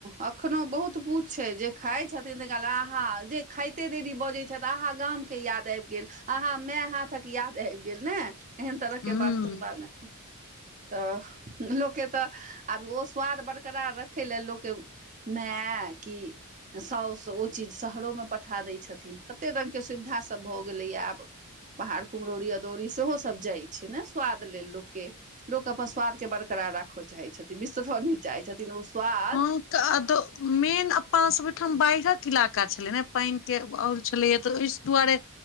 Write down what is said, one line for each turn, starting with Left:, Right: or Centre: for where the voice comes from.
Right: अखनो बहुत पूछ छै जे खाय छथिन त आहा जे खाइते देरी बजै छै तऽ अहाँ गामके याद आबि गेल आहा मैं हाथक याद आबि गेल ने एहन तरह
Left: हूँ
Right: के बात सुनबा मे तऽ लोककेँ तऽ आब ओ स्वाद बरकरार रखय लेलए लोकके माअ कि साउस ओ चीज शहरोमे पठा दैत छथिन कते रङ्गके सुविधासभ भऽ गेलैए आब पहाड़ कुम्हरौरी अदौरी सेहो सभ जाइत छै ने स्वाद लेल लोकके लोक अपन स्वादके बरकरार राखय चाहैत छथिन बिसरय नहि चाहैत छथिन ओ स्वाद
Left: हँ कादो मेन अप सब ओहिठाम बाढ़िक इलाका छलै ने पानिक के आओर छलैया तऽ ओहि दुआरे